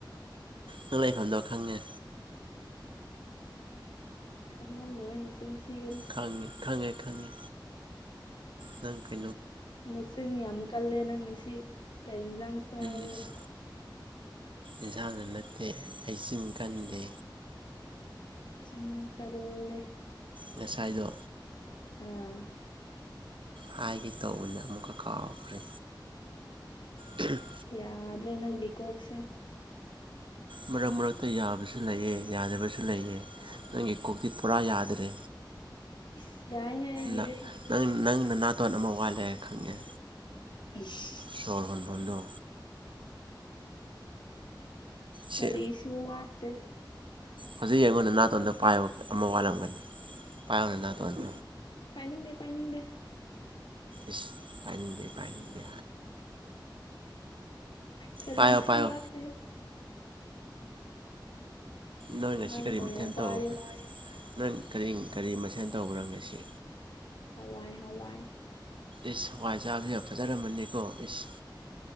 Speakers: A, on the right; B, on the left.
A: ꯅꯪ ꯂꯩꯐꯝꯗꯣ ꯈꯪꯉꯦ
B: ꯈꯪꯉꯝ ꯅꯅ ꯆꯤꯟ ꯊꯤꯒꯅꯤ
A: ꯊꯤ ꯊꯉꯦ ꯊꯉꯦ ꯅꯪ ꯀ
B: ꯅꯁꯅꯤ ꯌꯥꯝꯝ ꯀꯜꯂꯦ ꯅꯪꯅ ꯁꯤ ꯇꯥꯏꯅꯖꯥꯡ ꯆꯕ
A: ꯏꯁ ꯏꯟꯁꯥꯡꯅ ꯅꯠꯇꯦ ꯑꯩꯆꯤꯟ ꯀꯟꯗꯦ
B: ꯆꯤꯟꯀꯜ ꯂꯦ
A: ꯉꯁꯥꯏꯗ
B: ꯎꯝ
A: ꯍꯥꯏꯒꯦ ꯇꯧꯕꯗꯣ ꯑꯃꯨꯛꯀ ꯀꯥꯎꯈ꯭ꯔꯦ ꯏꯁ
B: ꯌꯥꯗ꯭ꯔꯦ ꯅꯪ ꯀꯣꯛꯁꯤ
A: ꯃꯔꯛ ꯃꯔꯛꯇ ꯌꯥꯕꯁꯨ ꯂꯩꯌꯦ ꯌꯥꯗꯕꯁꯨ ꯂꯩꯌꯦ ꯅꯪꯒꯤ ꯀꯣꯛꯇꯤ ꯄꯨꯔꯥ ꯌꯥꯗ꯭ꯔꯦ
B: ꯏ ꯌꯥꯏ ꯍꯦ ꯑꯩꯒꯤꯗꯤ
A: ꯅ ꯅꯪ ꯅꯅꯥꯇꯣꯟ ꯑꯃ ꯋꯥꯠꯂꯦ ꯈꯪꯉꯦ
B: ꯏꯁ
A: ꯁꯣꯔ ꯍꯣꯟꯐꯝꯗꯣ ꯁꯦ
B: ꯀꯔꯤꯁꯨ ꯋꯥꯠꯇꯦ
A: ꯍꯧꯖꯤꯛ ꯌꯦꯡꯉꯣ ꯅꯅꯥꯇꯣꯟꯗꯣ ꯄꯥꯏꯌꯣ ꯑꯃ ꯋꯥꯠꯂꯝꯒꯅꯤ ꯄꯥꯏꯌꯣ ꯅꯅꯥꯇꯣꯟꯗꯣ
B: ꯄꯥꯏꯅꯤꯡꯗꯦ ꯄꯥꯏꯅꯤꯡꯗꯦ
A: ꯏꯁ ꯄꯥꯏꯅꯤꯡꯗꯦ ꯄꯥꯏꯅꯤꯡꯗꯦ
B: ꯀꯔꯤꯁꯨ
A: ꯄꯥꯏꯌꯣ ꯄꯥꯏꯌꯣ
B: ꯋꯥꯠꯇꯦ
A: ꯅꯣꯏ ꯉꯁꯤ
B: ꯅꯪ
A: ꯀꯔꯤ
B: ꯑꯣꯏꯅ
A: ꯃꯊꯦꯜ
B: ꯄꯥꯏꯌꯨ
A: ꯇꯧꯕ꯭ꯔꯥ ꯅꯪ ꯀꯔꯤ ꯀꯔꯤ ꯃꯊꯦꯜ ꯇꯧꯕ꯭ꯔꯥ ꯉꯁꯤ
B: ꯍꯋꯥꯏ ꯍꯋꯥꯏ
A: ꯏꯁ ꯍꯋꯥꯏ ꯆꯥꯕꯗꯤ ꯌꯥꯝ ꯐꯖꯔꯝꯃꯅꯤꯀꯣ ꯏꯁ